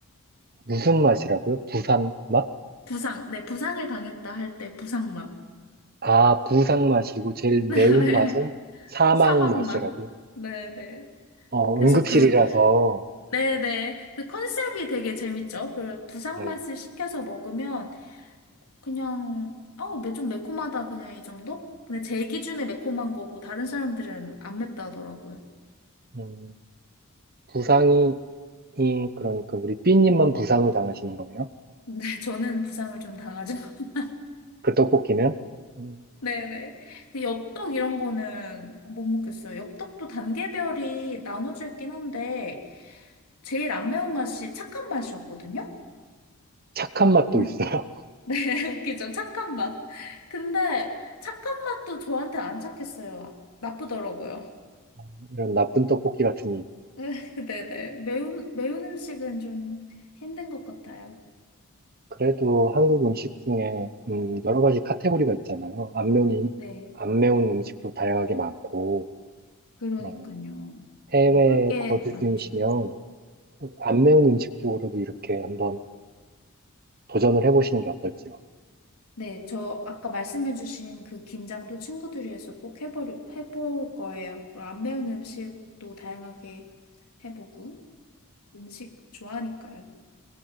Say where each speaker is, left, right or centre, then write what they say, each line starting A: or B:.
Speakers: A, on the right; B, on the left.
A: 무슨 맛이라고요? 부산 맛?
B: 부상. 네, 부상을 당했다 할 때 부상맛.
A: 아, 부산 맛이고 제일
B: <laughs>
A: 매운
B: 네네.
A: 맛은 사망
B: 사막맛.
A: 맛이라고요?
B: 네네.
A: 어,
B: 그래서
A: 응급실이라서
B: 그, 네네. 그 컨셉이 되게 재밌죠? 그 부상맛을
A: 네.
B: 시켜서 먹으면 그냥, 어, 매- 좀 매콤하다. 그냥 이 정도? 근데 제 기준에 매콤한 거고 다른 사람들은 안 맵다더라고요. 하
A: 음, 부상이 이- 그러니까 우리 삐님만 부상을 당하시는 거네요.
B: 근데 <laughs> 저는 부상을 좀 당하죠. <laughs>
A: 그 떡볶이는 음,
B: 네네. 근데 엽떡 이런 거는 못 먹겠어요. 엽떡도 단계별이 나눠져 있긴 한데 제일 안 매운 맛이 착한 맛이었거든요?
A: 착한 맛도
B: 음,
A: 있어요.
B: 네, <laughs> 웃기죠. 착한 맛. 근데 착한 맛도 저한테 안 착했어요. 나쁘더라고요.
A: <laughs> 이런 나쁜 떡볶이 같은
B: <laughs> 네네. 매운, 매운 음식은 좀 힘든 것 같아요.
A: 그래도 한국 음식 중에 음, 여러 가지 카테고리가 있잖아요. 안 매운, 이-
B: 네.
A: 안 매운 음식도 다양하게 많고,
B: 그러니까요.
A: 어, 해외
B: 먹을 게
A: 거주
B: 많죠.
A: 중이시면 안 매운 음식 쪽으로도 이렇게 한번 도전을 해보시는 게 어떨지요?
B: 네, 저 아까 말씀해주신 그 김장도 친구들이 해서 꼭 해버리, 해볼 거예요. 그리고 안 매운 음식도 다양하게 해보고 음식 좋아하니까요.